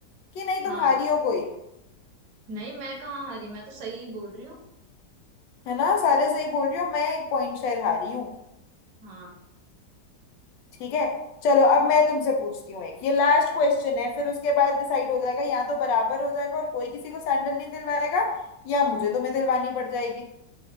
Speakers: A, on the left (about 85°); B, on the right (about 70°).
A: कि नहीं तुम
B: हाँ
A: हारी हो कोई
B: नहीं मैं कहाँ हरी मैं तो सही बोल रही हूँ
A: है ना सारे सही बोल रही हो मैं एक पॉइंट शायद हारी हूँ
B: हाँ
A: ठीक है चलो अब मैं तुमसे पूछती हूँ एक ये लास्ट क्वेश्चन है फिर उसके बाद डिसाइड हो जाएगा या तो बराबर हो जाएगा और कोई किसी को सैंडल नहीं दिलवाएगा या मुझे तुम्हें दिलवानी पड़ जाएगी